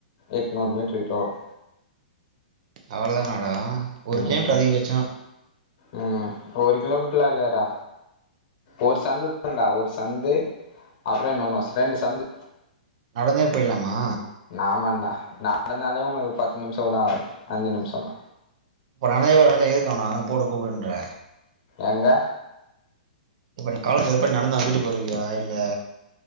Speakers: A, on the left; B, on the right.
A: எட்நூறு மீட்ரு கிட்ட வரு
B: அவளதானடா ஒரு
A: ம்
B: கே எம் அப்ப அதிகபட்ச
A: ம் ஒரு கிலோமீட்ருல இருக்காதுடா ஒரு
B: ம்
A: சந்துதாண்டா ஒரு ச சந்து அப்ற இன்னொன்னு ரெண்டு சந்து
B: நடந்தே போயிட்லாமா
A: நாமான்டா ந நடந்தாலே உனக்கு பத்து நிம்ஷ கூட ஆகாது அஞ்சு நிம்ஷந்தா
B: ஒரு ஆளு இவன்லாத எதுக்கு அவன போடு கூப்டுன்ற
A: எங்க
B: இப்ப நீ காலேஜ் எப்புடி நடந்து அவ்ங்க வீட்டுக்கு போய்ருவியா இல்ல